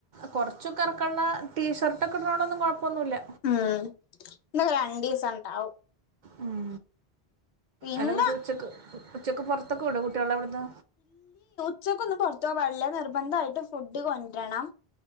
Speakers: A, on the right; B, on the left.
A: കുറച്ചൊക്കെ ഇറക്കുള്ള ടീഷർട്ടൊക്കെ ഇടണണൊന്നും കുഴപ്പമൊന്നുമില്ല
B: ഉം ഇന്നീക്ക രണ്ടീസണ്ടാവും
A: ഉം
B: പിന്നെ
A: ഏതങ്കിട്ട് ഉച്ചക്ക് ഉച്ചക്ക് പുറത്തൊക്കെ വിടുവോ കുട്ടികള എവിടന്ന്
B: ഉച്ചക്ക് ഒന്ന് പുറത്ത് പോകാൻ പാടില്ല നിർബന്ധമായിട്ട് ഫുഡ് കൊണ്ടുവരണം